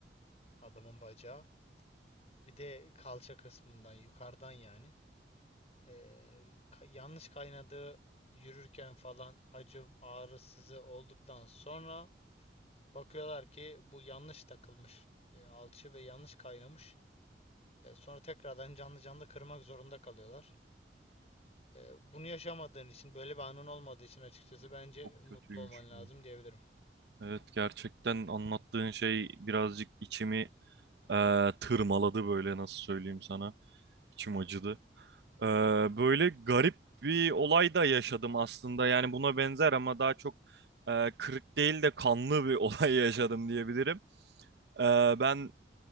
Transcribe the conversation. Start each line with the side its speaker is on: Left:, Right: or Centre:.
Left: adamın bacağı. Bir de kalça kısmından yukarıdan yani. Eee, ka- yanlış kaynadığı yürürken falan acı ağrısızı olduktan sonra bakıyorlar ki bu yanlış takılmış e, alçı ve yanlış kaynamış. E, sonra tekrardan canlı canlı kırmak zorunda kalıyorlar. E, bunu yaşamadığın için, böyle bir anın olmadığı için açıkçası bence
Right: Çok
Left: mutlu
Right: kötüymüş.
Left: olman
Right: bu.
Left: lazım diyebilirim.
Right: Evet, gerçekten anlattığın şey birazcık içimi e, tırmaladı böyle nasıl söyleyeyim sana. İçim acıdı. Ee, böyle garip bir olay da yaşadım aslında. Yani buna benzer ama daha çok e, kırık değil de kanlı bir <laughs> olay yaşadım diyebilirim. Ee, ben